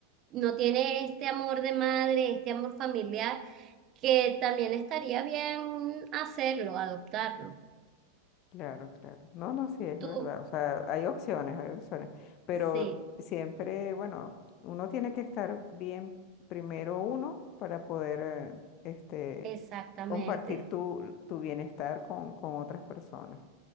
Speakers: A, on the right (about 35°); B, on the left (about 40°).
A: no tiene este amor de madre, este amor familiar, que también estaría bien hacerlo, adoptarlo.
B: Claro, claro. No, no, sí, es
A: Tú,
B: verdad. O sea, hay opciones, hay opciones. Pero
A: sí,
B: siempre, bueno, uno tiene que estar bien primero uno para poder, eh, este,
A: exactamente.
B: compartir tu, tu bienestar con, con otras personas.